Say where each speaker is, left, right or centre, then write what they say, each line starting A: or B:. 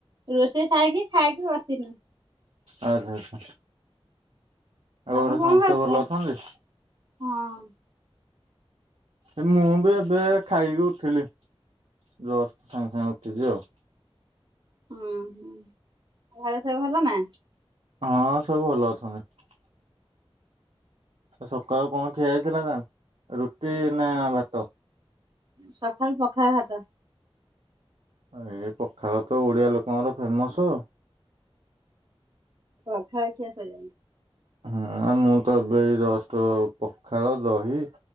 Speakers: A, on the right; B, on the right.
A: ରୋଷେଇ ସାଇକି ଖାଇକି ବସିନୁ।
B: ଆ ଝା ଝା।
A: ତମେ
B: ଆ ଘରେ
A: କଣ
B: ସମସ୍ତେ
A: କରୁଛ?
B: ଭଲ ଅଛନ୍ତି?
A: ହଁ
B: ଏ ମୁଁ ବି ଏବେ ଖାଇକି ଉଠଲି। ଜଷ୍ଟ ସାଙ୍ଗେ ସାଙ୍ଗେ ଉଠିଛି ଆଉ।
A: ହୁଁ ହୁଁ ଘର ସବ ଭଲ ନା?
B: ହଁ ସବୁ ଭଲ ଅଛନ୍ତି। ସକାଳୁ କଣ ଖିଆ ହେଇଥିଲା ତା ରୁଟି ନା ଭାତ?
A: ସଖାଳୁ ପଖାଳ ଭାତ।
B: ଏ ପଖାଳ ତ ଓଡିଆ ଲୋକଙ୍କର ଫେମସ।
A: ପଖାଳ ଖିଆ ସଇଲାଣି।
B: ହୁଁ ଆ ମୁଁ ତ ଏବେ ଏଇ ଜଷ୍ଟ ପଖାଳ, ଦହି